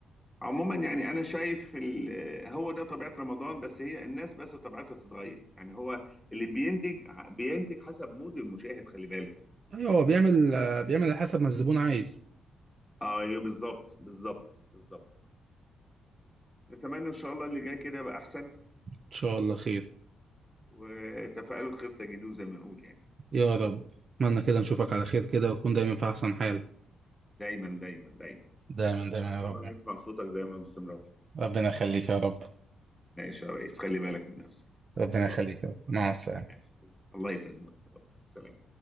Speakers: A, in the centre; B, on the right (about 45°).
A: عموما يعني انا شايف ال... هو ده طبيعة رمضان بس هي الناس بس طبيعتها بتتغير يعني هو اللي بينتج بينتج حسب مود المشاهد خلي بالك
B: ايوه هو بيعمل آه، بيعمل على حسب ما الزبون عايز
A: ايوه بالظبط بالظبط بالظبط نتمنى ان شاء الله اللي جاي كده يبقى احسن
B: ان شاء الله خير
A: وتفاءلوا الخير تجدوه زي ما نقول يعني
B: يا رب اتمنى كده نشوفك على خير كده وتكون دايما في احسن حال
A: دايما دايما دايما
B: دايما
A: ان
B: دايما يا
A: شاء
B: رب
A: الله نسمع صوتك دايما باستمرار
B: ربنا يخليك يا رب
A: ماشي يا ريس خلي بالك من نفسك
B: ربنا
A: اتفضل
B: يخليك يا رب مع السلامة
A: ماشي الله يسلمك اتفضل سلام